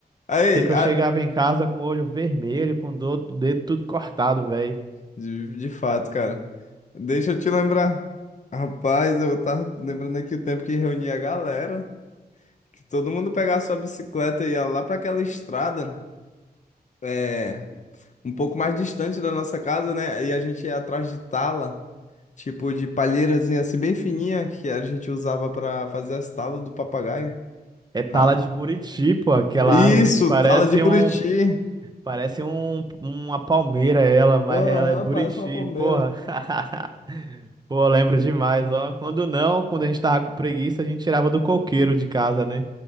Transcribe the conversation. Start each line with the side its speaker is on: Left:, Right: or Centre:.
Left: Aí,
Right: sei que eu
Left: a,
Right: chegava em casa com o olho vermelho, com do, o dedo tudo cortado, velho.
Left: De, de fato, cara. Deixa eu te lembrar. Rapaz, eu tava lembrando aqui o tempo que reunia a galera, que todo mundo pegava sua bicicleta e ia lá pra aquela estrada, é, um pouco mais distante da nossa casa, né? E a gente ia atrás de tala, tipo de palheirazinha assim bem fininha, que a gente usava pra fazer as talas do papagaio.
Right: É tala
Left: Ah,
Right: de buriti, pô, aquela
Left: Isso,
Right: árvore que parece
Left: tala de Buriti.
Right: um, parece um, uma palmeira ela, mas
Left: Aham,
Right: ela é buriti,
Left: parece uma palmeira.
Right: porra. <laughs> Pô, eu lembro demais, ó. Quando não, quando a gente tava com preguiça, a gente tirava do coqueiro de casa, né?